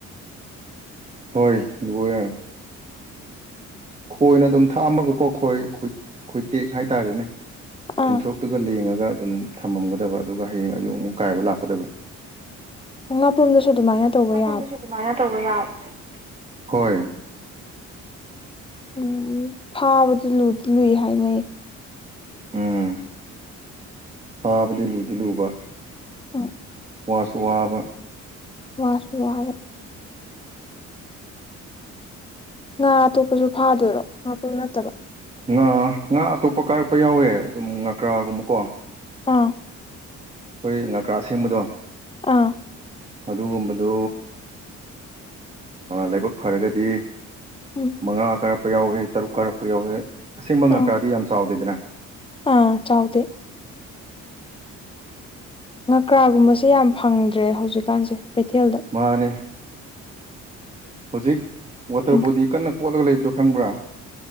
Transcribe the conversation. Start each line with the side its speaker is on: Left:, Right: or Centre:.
Right: ꯍꯣꯏ ꯂꯨꯏꯌꯦ ꯈꯣꯏꯅ ꯑꯗꯨꯝ ꯊꯥꯛꯑꯝꯃꯒꯀꯣ ꯈꯣꯏ ꯈꯣꯏꯇꯦꯛ ꯍꯥꯏꯇꯥꯔꯦꯅꯦ
Left: ꯑꯥ
Right: ꯇꯤꯟꯊꯣꯔꯣꯛꯇꯨꯒ ꯂꯦꯡꯉꯒ ꯑꯗꯨꯝ ꯊꯝꯃꯝꯒꯗꯕ ꯑꯗꯨꯒ ꯍꯌꯦꯡ ꯑꯌꯨꯛ ꯑꯃꯨꯛ ꯀꯥꯏꯕ ꯂꯥꯛꯀꯗꯕ
Left: ꯑꯣ ꯉꯥꯄ꯭ꯔꯨꯝꯗꯁꯨ ꯑꯗꯨꯃꯥꯏꯅ ꯇꯧꯕ
Right: ꯉꯥꯄꯔꯨꯝꯗꯁꯨ
Left: ꯌꯥꯕ
Right: ꯑꯗꯨꯃꯥꯏꯅ ꯇꯧꯕ ꯌꯥꯕꯔꯣ ꯍꯣꯏ
Left: ꯎꯝ ꯐꯥꯕꯗꯨ ꯂꯨꯗꯤ ꯂꯨꯏ ꯍꯥꯏꯅꯩꯌꯦ
Right: ꯎꯝ ꯐꯥꯕꯗꯤ ꯂꯨꯗꯤ ꯂꯨꯕ
Left: ꯑ
Right: ꯋꯥꯁꯨ ꯋꯥꯕ
Left: ꯋꯥꯁꯨ ꯋꯥꯕ ꯉꯥ ꯑꯇꯣꯞꯄꯁꯨ ꯐꯥꯗꯣꯏꯔꯣ ꯉꯥꯄ꯭ꯔꯨꯝ ꯅꯠꯇꯕ
Right: ꯉꯥ ꯉꯥ ꯑꯇꯣꯞꯄ ꯀꯥꯔꯛꯄ ꯌꯥꯎꯋꯦ ꯑꯗꯨꯝ ꯉꯥꯀ꯭ꯔꯥꯒꯨꯝꯕꯀꯣ
Left: ꯑꯥ
Right: ꯑꯩꯈꯣꯏ ꯉꯀ꯭ꯔꯥ ꯑꯁꯦꯡꯕꯗꯣ
Left: ꯑꯥ
Right: ꯑꯗꯨꯒꯨꯝꯕꯗꯨ ꯂꯥꯏꯕꯛ ꯐꯔꯒꯗꯤ
Left: ꯎꯝ
Right: ꯃꯉꯥ ꯀꯥꯔꯛꯄ ꯌꯥꯎꯏ ꯇꯔꯨꯛ ꯀꯥꯔꯛꯄ ꯌꯥꯎꯏ ꯑꯁꯦꯡꯕ ꯉꯪꯀ꯭ꯔꯥꯗꯤ
Left: ꯑꯥ
Right: ꯌꯥꯝ ꯆꯥꯎꯗꯦꯗꯅ
Left: ꯑꯥ ꯆꯥꯎꯗꯦ ꯉꯀ꯭ꯔꯥꯒꯨꯝꯕꯁꯦ ꯌꯥꯝ ꯐꯪꯗ꯭ꯔꯦ ꯍꯧꯖꯤꯛꯀꯥꯟꯁꯦ ꯀꯩꯊꯦꯜꯗ
Right: ꯃꯥꯅꯦ ꯍꯧꯖꯤꯛ ꯋꯥꯇꯔ
Left: ꯎꯝ
Right: ꯕꯣꯗꯤ ꯀꯟꯅ ꯀꯣꯠꯂꯒ ꯂꯩꯕꯗꯣ ꯈꯪꯕ꯭ꯔꯥ